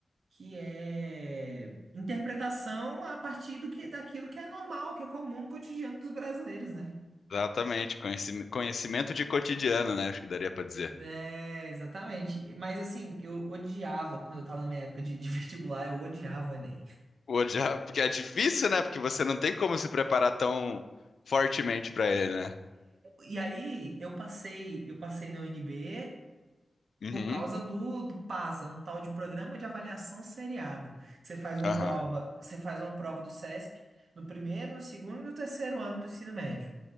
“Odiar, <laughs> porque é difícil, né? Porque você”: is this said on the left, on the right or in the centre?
Left